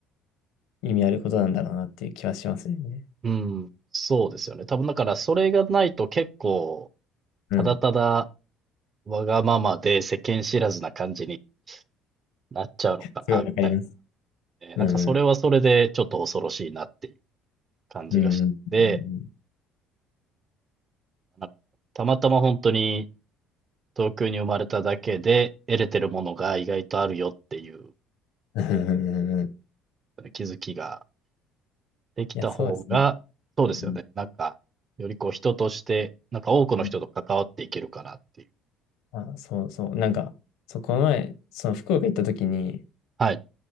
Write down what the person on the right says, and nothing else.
うん、そうですよね。多分だからそれがないと結構、
ただただわがままで世間知らずな感じになっちゃうのかな、
みたいなね。
なんかそれはそれでちょっと恐ろしいなっていう感じがしてて、
なんかたまたま本当に東京に生まれただけで得れてるものが意外とあるよっていう
ね気づきができた方が、
そうですよね。
なんか、よりこう人として、なんか多くの人と関わっていけるかなっていう。
はい、